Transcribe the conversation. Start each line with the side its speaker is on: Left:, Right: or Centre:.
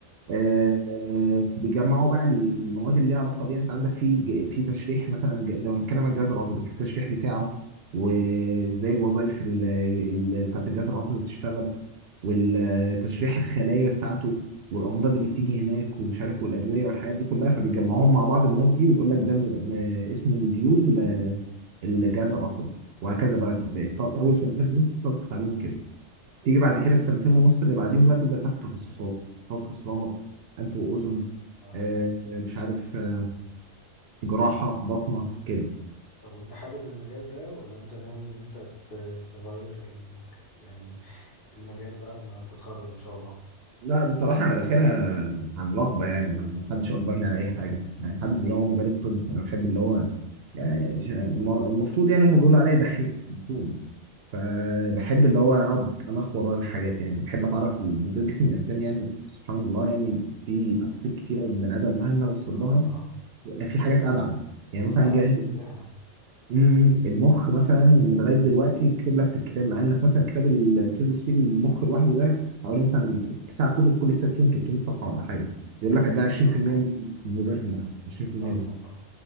Left: اه
Right: آه، آه، بيجمعوا بقى المواد اللي ليها علاقه بيها انت عندك في ج- في تشريح مثلا ج- لو هنتكلم عن الجهاز العصبي في التشريح بتاعه وازاي الوظائف ال- ال- بتاعت الجهاز العصبي بتشتغل والتشريح الخلايا بتاعته والامراض اللي بتيجي هناك ومش عارف والادويه والحاجات دي كلها فبيجمعوهم مع بعض المواد دي ويقول لك ده م- م- اسمه مديول آه، الجهاز العصبي وهكذا بقى في بتقعد
Left: فهمت
Right: اول سنتين ونص بتقعد تتعلم كده تيجي بعد كده السنتين ونص اللي بعديهم بقى تبدا تاخد تخصصات تخصص رمد انف واذن
Left: اه
Right: آه، مش عارف آه، جراحه بطنه كده
Left: طب وانت حابب المجال ده ولا انت ناوي ان انت ت- تغير ال... يعني المجال بعد ما تتخرج ان شاء الله
Right: لا بصراحه انا داخلها عن رغبه يعني ما حدش اجبرني على اي حاجه يعني حابب اللي هو مجال الطب انا بحب اللي هو يعني ش- المفروض يعني هم بيقولوا عليا دحيح المفروض فبحب اللي هو اقعد انخور ورا الحاجات يعني بحب اتعرف بالذات جسم الانسان يعني سبحان الله يعني في تفاصيل كتيره من البني ادم مهما وصل
Left: هو
Right: لها
Left: آه بصراحة
Right: يعني في حاجات ابعد يعني
Left: هو
Right: مثلا
Left: فعلا
Right: جه
Left: في ابداع
Right: مم، المخ مثلا من لغايه دلوقتي كتب لك في الكتاب مع انك مثلا الكتاب اللي بتدرس فيه المخ لوحده ده حوالي مثلا يجي تسع كتب كل كتاب فيهم 300 صفحه ولا حاجه يقول لك ده 20%
Left: يا الله
Right: من وظائف المخ 20%
Left: اصلا
Right: بس
Left: بقى